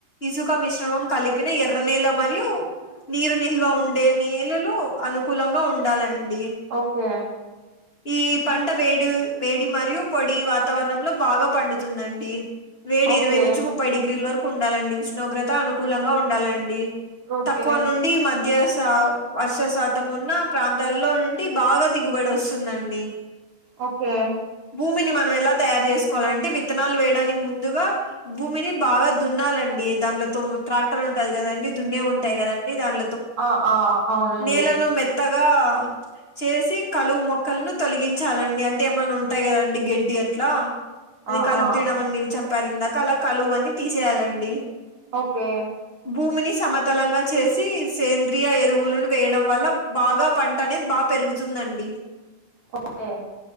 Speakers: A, on the left (about 25°); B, on the right (about 60°).
A: ఇసుక మిశ్రమం కలిపిన ఎర్ర నీళ్ళ మరియు నీరు నిల్వ ఉండే నీళ్లలో అనుకూలంగా ఉండాలండి
B: ఓకే
A: ఈ పంట వేడి వేడి మరియు పొడి వాతావరణంలో బాగా పండుతుందండి వేడి
B: ఓకే
A: ఇరవై నుంచి ముప్పై డిగ్రీల వరకు ఉండాలండి ఉష్ణోగ్రత అనుకూలంగా ఉండాలండి
B: ఓకే
A: తక్కువ నుండి మధ్య వర్ష శాతం ఉన్న ప్రాంతాల్లో నుండి బాగా దిగుబడి వస్తుందండి
B: ఓకే
A: భూమిని మనం ఎలా తయారు చేస్త కో లండి విత్తనాలు వేయడానికి ముందుగా భూమిని బాగా దున్నాలండి దానిలతో ట్రాక్టర్ కదండి దున్నే ఉంటాయి కదండి దాం
B: ఆ ఆ అవునండి
A: నేలను మే తగా చేసి కలువు మొక్కలను తొలగించాలండి అంటే ఏమైన్నా ఉంటాయి కదండి గడ్డి అట్లా అది
B: ఆ
A: కలుపు
B: ఆ
A: తీయడం అని మీరు చెప్పారు ఇందాక అలా కలువ అని తీసేయాలండి
B: ఓకే
A: భూమిని సమతలంగా చేసి సేంద్రియ ఎరువులను వేయడం వల్ల బాగా పంట అనేది బాగా పెరుగుతుంది అండి
B: ఒకఓతేే